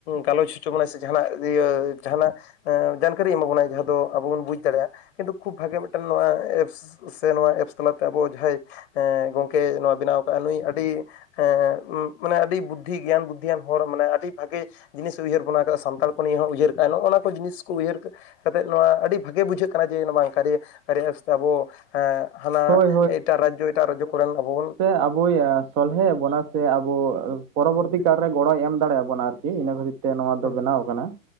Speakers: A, on the left (about 55°); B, on the right (about 15°).
A: ᱜᱟᱞᱚᱪ ᱦᱚᱪᱚ ᱵᱚᱱᱟᱭ ᱥᱮ ᱡᱟᱦᱟᱱᱟᱜ ᱤᱭᱟᱹ ᱡᱟᱦᱟᱱᱟᱜ ᱼᱼ ᱮᱸ ᱡᱟᱱᱠᱟᱨᱤ ᱮᱢᱟ ᱵᱚᱱᱟᱭ ᱡᱟᱦᱟᱸ ᱫᱚ ᱟᱵᱚ ᱵᱚᱱ ᱵᱩᱡᱽ ᱫᱟᱲᱮᱭᱟᱜᱼᱟ ᱠᱤᱱᱛᱩ ᱠᱷᱩᱵ ᱵᱷᱟᱜᱮ ᱢᱤᱫᱴᱟᱝ ᱱᱚᱣᱟ ᱮᱯᱥ ᱼᱼ ᱥᱮ ᱱᱚᱣᱟ ᱮᱯᱥ ᱛᱟᱞᱟ ᱛᱮ ᱟᱵᱚ ᱡᱟᱦᱟᱸᱭ ᱮᱸ ᱜᱚᱝᱠᱮ ᱱᱚᱣᱟ ᱵᱮᱱᱟᱣ ᱠᱟᱜ ᱟᱭ ᱱᱩᱭ ᱟᱹᱰᱤ ᱼᱼ ᱦᱮᱸ ᱢᱟᱱᱮ ᱟᱹᱰᱤ ᱵᱩᱫᱽᱫᱷᱤ ᱜᱮᱭᱟᱱ ᱵᱩᱫᱽᱫᱤᱭᱟᱱ ᱦᱚᱲ ᱢᱟᱱᱮ ᱟᱹᱰᱤ ᱼᱼ ᱵᱷᱟᱜᱮ ᱡᱤᱱᱤᱥ ᱩᱭᱦᱟᱹᱨ ᱵᱚᱱᱟ ᱟᱠᱟᱫᱼᱟ ᱥᱟᱱᱛᱟᱲ ᱠᱚ ᱱᱤᱭᱮ ᱦᱚᱸ ᱩᱭᱦᱟᱹᱨ ᱠᱟᱜᱼᱟᱭ ᱱᱚᱜᱼᱚ ᱱᱚᱣᱟ ᱠᱚ ᱡᱤᱱᱤᱥ ᱠᱚ ᱩᱭᱦᱟᱹᱨ ᱼᱼ ᱠᱟᱛᱮᱫ ᱱᱚᱣᱟ ᱟᱹᱰᱤ ᱵᱷᱟᱜᱮ ᱵᱩᱡᱷᱟᱹᱜ ᱠᱟᱱᱟ ᱡᱮ ᱱᱚᱣᱟ ᱠᱟᱨᱮ ᱠᱟᱨᱭᱟ ᱮᱯᱥ ᱼᱼ ᱟᱵᱚ ᱦᱮᱸ ᱦᱟᱱᱟ
B: ᱦᱳᱭ
A: ᱮᱴᱟᱜ ᱨᱟᱡᱽᱡᱚ ᱮᱴᱟᱜ ᱨᱟᱡᱽᱡᱚ ᱠᱚ ᱨᱮᱱ ᱟᱵᱚ ᱵᱚᱱ ᱼᱼ
B: ᱟᱵᱚᱭᱟ ᱾ ᱥᱚᱞᱦᱮ ᱟᱵᱚᱱᱟ ᱥᱮ ᱟᱵᱚ ᱯᱚᱨᱚᱵᱚᱨᱛᱤ
A: ᱦᱩᱸ
B: ᱠᱟᱞ ᱨᱮ ᱜᱚᱲᱚᱭ ᱮᱢ ᱫᱟᱲᱮ ᱟᱵᱚᱱᱟ ᱟᱨᱠᱤ ᱤᱱᱟᱹ ᱠᱷᱟᱹᱛᱤᱨ ᱼᱼ ᱛᱮ ᱱᱚᱣᱟ ᱫᱚ
A: ᱦᱩᱸ
B: ᱵᱮᱱᱟᱣ ᱟᱠᱟᱱᱟ